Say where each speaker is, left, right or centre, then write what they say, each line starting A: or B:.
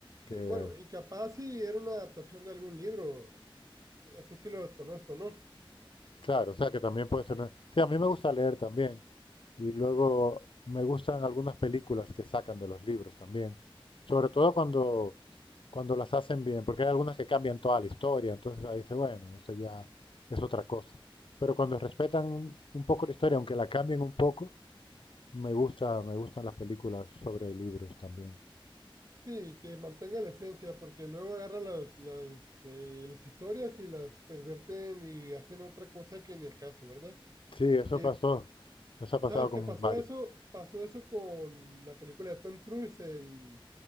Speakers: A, on the left; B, on the right.
A: Que
B: sí. Bueno, y capaz si era una adaptación de algún libro. Eso sí lo desconozco, ¿no?
A: Claro, o sea que también puede ser... una- Sí, a mí me gusta leer también. Y luego me gustan algunas películas que sacan de los libros también. Sobre todo cuando, cuando las hacen bien, porque hay algunas que cambian toda la historia. Entonces ahí dice, bueno, eso ya es otra cosa. Pero cuando respetan un un poco la historia, aunque la cambien un poco, me gusta, me gustan las películas sobre libros también.
B: Sí, que mantenga la esencia, porque luego agarran las, las, eh, las historias y las perverten y hacen otra cosa que ni el caso, ¿verdad?
A: Sí, eso
B: Eh,
A: pasó. Eso ha pasado
B: ¿sabes
A: con
B: qué pasó
A: varios.
B: eso? Pasó eso con la película de Tom Cruise, el